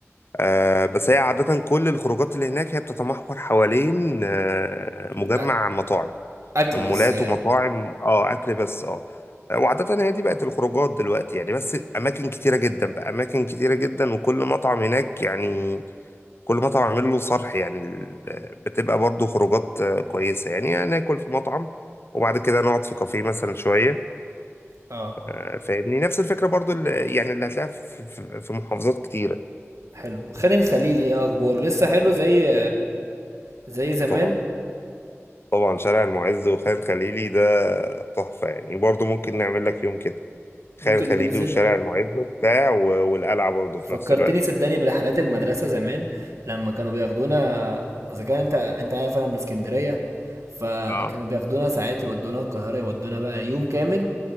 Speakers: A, on the left; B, on the right.
A: آه بس هي عاده كل الخروجات اللي هناك هي بتتمحور حوالين آه مجمع
B: أ-
A: مطاعم
B: أكل
A: مولات
B: بس يعني
A: ومطاعم اه اكل بس اه وعادة هي دي بقت الخروجات دلوقتي يعني بس أماكن كتيرة جدا بقى أماكن كتيرة جدا وكل مطعم هناك يعني كل مطعم عامل له صرح يعني ال- بتبقى برضو خروجات آه، كويسة يعني يعني ناكل في مطعم وبعد كده نقعد في كافيه مثلا شوية
B: اه
A: آه، فاهمني نفس الفكرة برضو اللي يعني اللي هتلاقيها في في- في محافظات كتيرة
B: حلو خالد الخليلي ايه اخباره لسه حلو زي زي زمان
A: طبعا طبعا شارع المعز وخان خليلي ده تحفة يعني برضو ممكن نعمل لك يوم كده خان
B: ممكن
A: خليلي
B: ننزل
A: وشارع المعز وبتاع و- والقلعة برضو في
B: فكرتني
A: نفس الوقت
B: صدقني برحلات المدرسة زمان لما كانوا بياخدونا اذا كان انت انت عارف انا من اسكندرية فكانوا
A: اه
B: بياخدونا ساعات يودونا القاهرة يودونا بقى يوم كامل